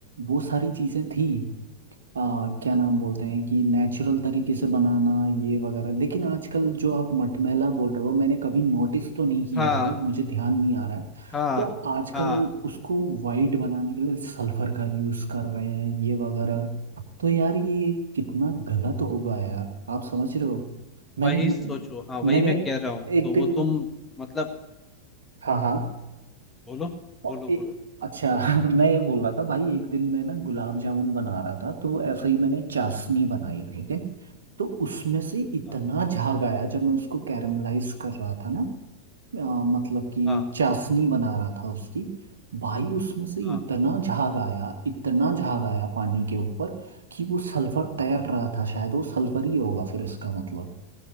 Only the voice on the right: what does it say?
वो सारी चीज़ें थी आ, क्या नाम बोलते हैं कि नेचुरल तरीके से बनाना ये वगैरह लेकिन आजकल जो आप मटमैला बोल रहे हो मैंने कभी नोटिस तो नहीं किया
है मुझे ध्यान नहीं आ रहा है
तो आजकल
उसको वाइट बनाने के लिए सल्फर का यूज़ कर रहे हैं ये वगैरह तो यार ये कितना गलत होगा यार आप समझ रहे हो मैंने
मैंने
एक
दिन
हाँ हाँ
और
ए-
अच्छा <laughs> मैं ये बोल रहा था भाई एक दिन मैं ना गुलाब जामुन बना रहा था तो ऐसे ही मैंने चाशनी बनाई ठीक है तो उसमें से इतना
झाग आया जब मैं उसको कैरमलाइज कर रहा था ना आ, मतलब कि
चाशनी बना रहा था उसकी भाई उसमें से
इतना झाग आया इतना झाग आया पानी के ऊपर कि वो सल्फर तैर रहा था शायद वो सल्फर ही होगा फिर इसका मतलब